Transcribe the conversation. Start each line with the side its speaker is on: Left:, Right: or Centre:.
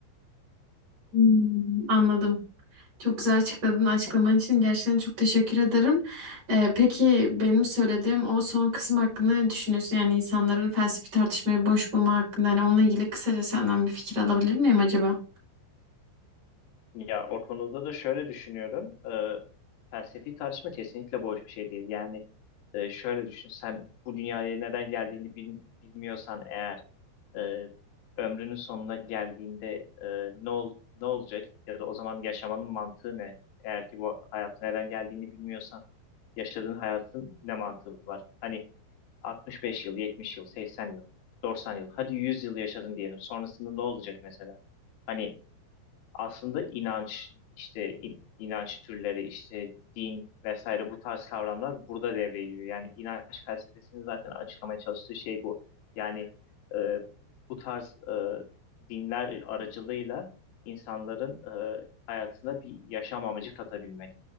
Right: Hmm, Anladım. Çok güzel açıkladın. Açıklaman için gerçekten çok teşekkür ederim. E, peki benim söylediğim o son kısım hakkında ne düşünüyorsun? Yani insanların felsefi tartışmayı boş bulma hakkında. Yani onunla ilgili kısaca senden bir fikir alabilir miyim acaba?
Left: Ya o konuda da şöyle düşünüyorum. Ee, felsefi tartışma kesinlikle boş bir şey değil. Yani e, şöyle düşün. Sen bu dünyaya neden geldiğini bil- bilmiyorsan eğer e, ömrünün sonuna geldiğinde e, ne ol- ne olacak? Ya da o zaman yaşamanın mantığı ne? Eğer ki bu hayatı neden geldiğini bilmiyorsan yaşadığın hayatın ne mantığı var? Hani 65 yıl, 70 yıl, 80 yıl, 90 yıl, hadi 100 yıl yaşadın diyelim. Sonrasında ne olacak mesela? Hani aslında inanç, işte in- inanç türleri, işte din vesaire bu tarz kavramlar burada devreye giriyor. Yani inanç felsefesinin zaten açıklamaya çalıştığı şey bu. Yani e, bu tarz e, dinler aracılığıyla insanların e, hayatına bir yaşam amacı katabilmek.